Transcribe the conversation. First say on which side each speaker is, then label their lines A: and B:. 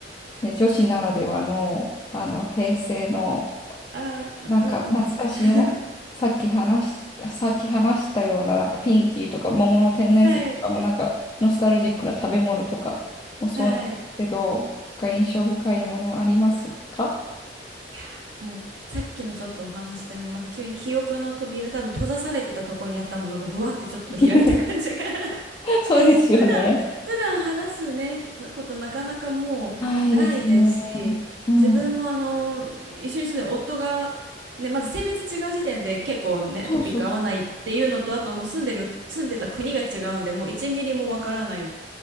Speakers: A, on the left; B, on the right.
A: ね、女子ならではの、あの、平成の、
B: ああ、
A: なんか懐かしの、
B: うんうん。<laughs>
A: さっき話し、さっき話したような、なんかピンキーとか桃の天然水とかも、
B: はい。
A: なんかノスタルジックな食べ物とかもそうなんですけど、
B: はい。
A: が印象深いものありますか
B: いやー、もう、さっきのちょっとお話でも、なんか急に記憶の扉、多分閉ざされてたとこにあったものが、ブワってちょっと開いた感じが。
A: <laughs>
B: <laughs>
A: そうですよね。
B: 普段、普段話すね、ひことなかなかもうないですし、
A: ないですね。うん。
B: 自分もあの、一緒に住んでる夫が、ね、まず性別違う時点で結構ね、
A: そうそうそう。
B: トピック合わないっていうのと、あともう住んでる、住んでた国が違うんで、もう1ミリもわからない